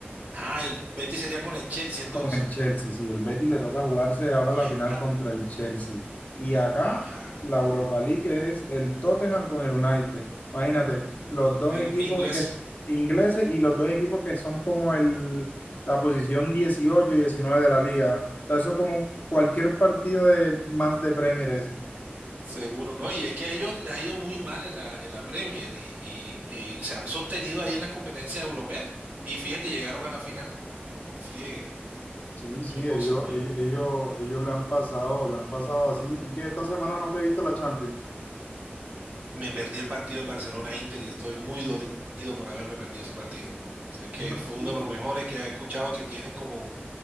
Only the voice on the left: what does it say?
Con el Chelsea, sí, el Betis le toca jugarse ahora
la final contra el Chelsea. Y acá
la Europa League es el Tottenham con el United. Imagínate, los dos
equipos
que ingleses y los dos equipos que son como el, la posición 18 y 19 de la liga. O sea, eso es como cualquier partido de más de Premier es.
Sí, sí,
ellos,
ellos, ellos, ellos le han pasado, le han pasado así. ¿Y que esta semana no te viste la Champions?
No,
y,